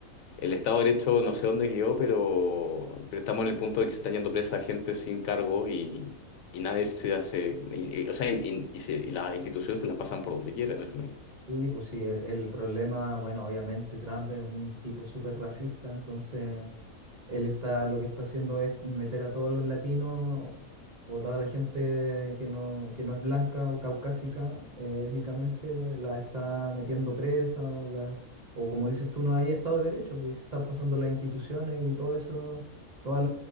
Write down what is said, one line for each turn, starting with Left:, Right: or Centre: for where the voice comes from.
Left: el Estado de Derecho no sé dónde quedó, pero, pero estamos en el punto de que se están yendo presa gente sin cargo y, y nadie se hace, y- y- o sea, y, y se- y las instituciones se las pasan por donde quieran al final.
Right: Y pues sí, el, el problema, bueno, obviamente Trump es un tipo súper racista, entonces Él está, lo que está haciendo es meter a todos los latinos o toda la gente que no, que no es blanca o caucásica eh, étnicamente, la está metiendo presa o, la- o como dices tú, no hay Estado de Derecho, pues están pasando las instituciones y todo eso, todos